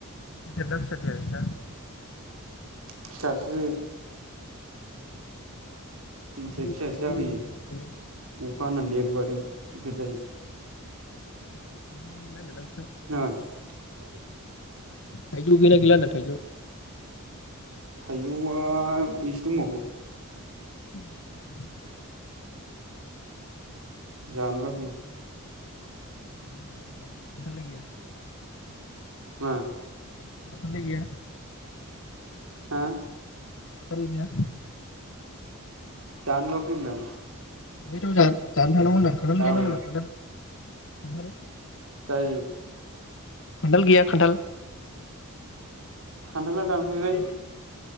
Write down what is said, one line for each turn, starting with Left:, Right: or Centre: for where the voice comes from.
Left: गिदिर ना फिसानो <unintelligible>
Right: फिसासो जोंनिथिं
Left: नोंसिना
Right: फिसासो जाबोयो
Left: थाइजौ
Right: अखा हानानै देरबोबादेन गिदिर जायो
Left: <unintelligible>
Right: <unintelligible> मा होनदों
Left: थाइजौ गैगोना गैला होनदों थायजौ
Right: थाइजौआ एसे दंबावो
Left: <unintelligible>
Right: जानोबा फै
Left: <unintelligible> नोंसालाय गैया
Right: मा
Left: खान्थाल लाय गैया
Right: हा
Left: खानथाल गैया
Right: जानोबा फैब्रा
Left: इखायथ' जानो जानो थांनांगौ होनदां खानथाल
Right: गाबोन
Left: गैया नामा होनदों खानथाल खानथाल
Right: जायो
Left: खानथाल गैया खानथाल
Right: खानथाला दानफायबाय
Left: खोनायाखै